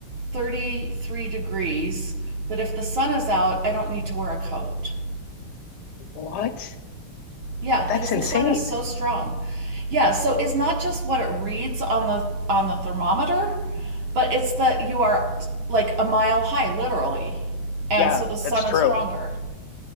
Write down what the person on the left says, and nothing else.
What?
That's
insane.
Yeah,
that's true.